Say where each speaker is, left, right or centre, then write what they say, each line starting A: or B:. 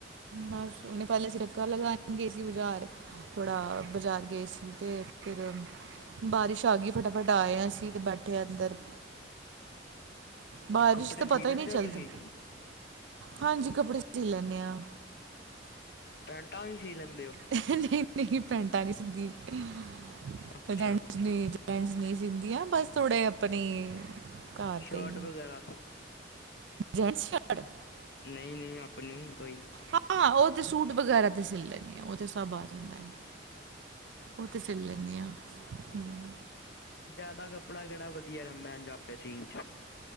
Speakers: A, on the right; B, on the left.
A: ਬਸ ਉਹਨੇ ਪਹਿਲੇ ਸਿਰਕਾ ਲਗਾਉਣ ਗਏ ਸੀ ਬਜ਼ਾਰ ਥੋੜਾ ਬਜ਼ਾਰ ਗਏ ਸੀ ਤੇ ਫਿਰ ਬਾਰਿਸ਼ ਆ ਗਈ, ਫਟਾਫਟ ਆਏ ਆ ਅਸੀਂ, ਤੇ ਬੈਠੇ ਅੰਦਰ। ਬਾਰਿਸ਼
B: ਕੱਪੜੇ
A: ਤਾਂ ਪਤਾ
B: ਸੀ ਲੈਂਦੇ
A: ਹੀ ਨਹੀਂ ਚੱਲਦਾ
B: ਓ ਤੁਸੀਂ?
A: ਹਾਂਜੀ ਕੱਪੜੇ ਸੀ ਲੈਂਦੇ ਆ।
B: ਪੈਂਟਾਂ ਵੀ ਸੀ ਲੈਂਦੇ ਓ?
A: ਨਹੀਂ- ਨਹੀਂ ਪੈਂਟਾਂ ਨੀ ਸਿੰਦੀ। <unintelligible>
B: ਅੱਛਾ
A: ਨੀ ਸਿੰਦੀਆ ਬਸ ਥੋੜੇ ਆਪਣੇ ਈ ਘਰ
B: ਸ਼ਰਟ
A: ਤੇ ਈ।
B: ਵਗੈਰਾ
A: ਜੇਂਟਸ ਸ਼ਰਟ
B: ਨਹੀਂ- ਨਹੀਂ ਆਪਣੀ ਕੋਈ
A: ਹਾਂ ਉਹ ਤੇ ਸੂਟ ਵਗੈਰਾ ਤੇ ਸਿਲ ਲੈਂਦੀ ਆ ਉਹ ਤੇ ਸਭ ਆ ਜਾਂਦਾ ਉਹ ਤੇ
B: ਅੱਛਾ,
A: ਸਿਲ ਲੈਂਦੀ ਹਾਂ, ਹਮ
B: ਜਿਆਦਾ ਕੱਪੜਾ ਜਿਹੜਾ ਵਧੀਆ ਰਹਿੰਦਾ ਆਪੇ ਸੀਨ ਚ